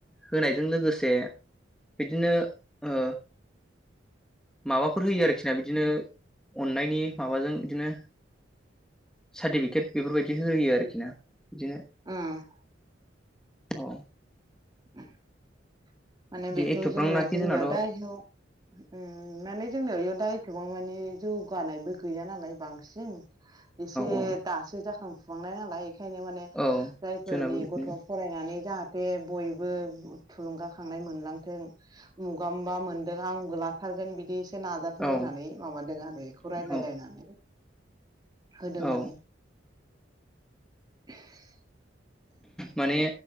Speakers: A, in the centre; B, on the right.
A: होनायजों लोगोसे बिदिनो ओ माबाफोर होयो
B: उम
A: आरोखि ना बिदिनो अननायनि माबाजों बिदिनो सार्टिफिकेट बेफोरबायदि होयो आरोखि ना बिदिनो
B: उम
A: औ
B: <inaudible> माने
A: बिदि
B: बेखौ
A: एथ'फ्रांनाखि
B: जोङो जोंनियाव
A: जोंनाथ' औ
B: दा उम माने जोंनियाव इयाव दाथबां मानि जौगानायबो गैया नालाय बांसिन एसे
A: औ
B: दासो जाखां फुहांनाय नालाय बेखायनो माने
A: औ
B: जायफोरनि
A: जोंनाबो बिदिनो
B: गथ' फरायनानै जाहाथे बयबो थुलुंगा खांनाय मोनलांथों उमुगाबा मोनदों आंबो लाथारगोन बिदि एसे नाजाथों
A: औ
B: होननानै माबादों आरो बेखौ राय्लायलायनानै
A: औ
B: होदों
A: औ
B: आरो। <inaudible>
A: माने